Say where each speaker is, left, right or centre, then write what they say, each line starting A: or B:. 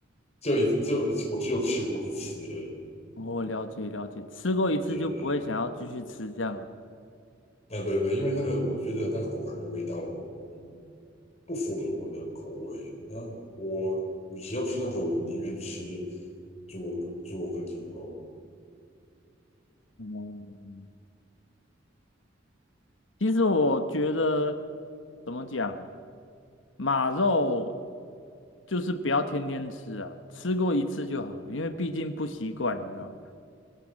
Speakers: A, on the left; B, on the left.
A: 就一次，就我只有吃过一次而已。
B: 哦，了解了解，吃过一次就不会想要继续吃这样啊。
A: 对，对对对对因为那个我觉得那个口感的味道，嗯，不符合我的口味。那我与其要吃那个，我宁愿吃猪肉猪肉跟牛肉。
B: 嗯，其实我觉得怎么讲，马肉就是不要天天吃啊，吃过一次就好了，因为毕竟不习惯，你知道吗？